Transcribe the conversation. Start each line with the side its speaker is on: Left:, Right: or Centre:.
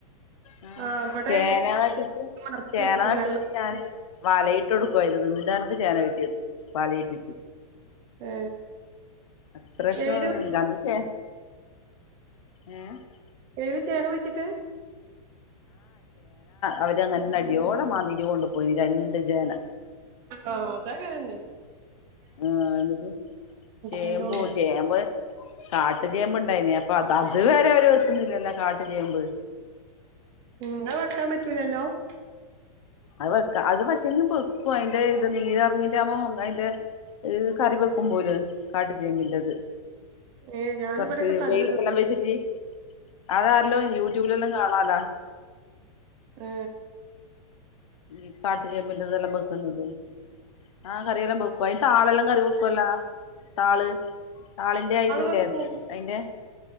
Left: ഉ
Right: ആ ഇവിടെ
Left: ചേനാട്ടി്
Right: മറിച്ച്
Left: ചേനാട്ടിട്ട്
Right: കൊടുക്കും വെള്ളം
Left: ഞാന് വലയിട്ട് ഇട്ട കൊടുക്കയത് നിടാനക്ക് ചോന കിട്ടിയത് പാലയിട്ടിട്ട്
Right: ഏ
Left: അത്രക്കുംന്തന്നസേ
Right: ഏല്
Left: ഉം <unintelligible>
Right: എതെങ്കിലും ചെയ്യാന വെച്ചിട്ട്
Left: അവര്ങ്ങനെ അടിയോടെ മാാന്തിരി കൊണ്ട്പോയി രണ്ട ജേന
Right: ആഹ അതൊക്കെ തന്നെ
Left: ആ എ ചേമ്പ
Right: നല്ലോണം
Left: ചേമ്പ് കാട്ടു ചേമ്പണ്ട് ണ്ടായി നിഅപ്പൊ അത് അത് വരെ അവര് വെക്കുന്നില്ലല്ല കാട്ട ചേമ്പ്
Right: ഉാ വറക്കാൻ പറ്റൂലല്ലോ <inaudible>
Left: അത് വെക്ക അത് പക്ഷെങ്കും വെക്കും അതിന്റെ ഇത് നീര് ഇറങ്ങിന്റെുമ്പോ അതിന്റെ ഹ്കറി വെക്കും പോലും കാട്ട് ചേമ്പിറ്റത്
Right: ഏ ഞാൻ
Left: കുറച്ച്
Right: ഇവിടെക്കെ കണ്ടിരുന്നു
Left: വെയിലത്തെല്ലാം വെച്ചിട്ട് അതാരല്ലോ യൂട്യൂബിലെല്ലാം കാണ അല
Right: ഏ
Left: ഈ കാട്ട് ചേമ്മി ഇതെല്ലാം വെക്കുന്നുണ്ട് ആഹ കറിയെല്ലാം വെക്കും <inaudible> അയ് താളെല്ലാം കറി വെക്കുവല്ലാ താള് താളിന്റെ ഇതില്ലേ
Right: വെക്കൂ
Left: അതിന്റെ